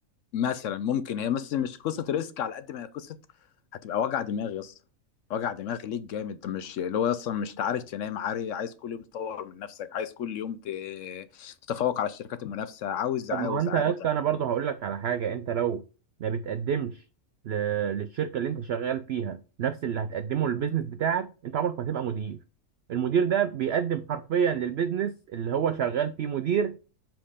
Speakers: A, on the left; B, on the right.
A: مثلا ممكن هي بس مش قصه ريسك على قد ما هي قصه هتبقى وجع دماغ يا اسطى وجع دماغ ليك جامد انت مش اللي هو اصلا مش عارف تنام عارف عايز كل يوم تطور من نفسك عايز كل يوم ت- تتفوق على الشركات المنافسه عاوز
B: طب
A: عاوز
B: ما هو انت
A: عاوز
B: يا اسطى انا برضه هقول لك على حاجه انت لو ما بتقدمش ل- للشركه اللي انت شغال فيها نفس اللي هتقدمه للبيزنس بتاعك انت عمرك ما هتبقى مدير المدير ده بيقدم حرفيا للبيزنس اللي هو شغال فيه مدير